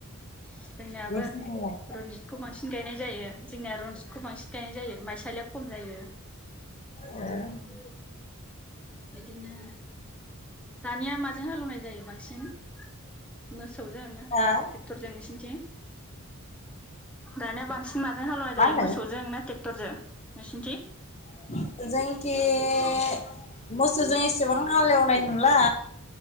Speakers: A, in the centre; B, on the left.
A: जोंनियाबो
B: नोंसिनिथिंलाय
A: रनजित खौ बांसिन गायनाय जायो जोंनिया रनजितखौ बांसिन गायनाय जायो माइसालिया खम जायो।
B: ए
A: उम बिदिनो दानिया माजों हालेवनाय जायो बांसिन मोसौजों ना
B: हा
A: ट्रेक्टरजों नोंसोरनिथिं दानिया बां सिन माजों हालेवनाय
B: मा
A: जायो
B: होनदों
A: मोसौजों ना ट्रेक्टरजों नोंसिनिथिं
B: जोंनिथिं मोसौजों एसेबां हालेवनाय नुला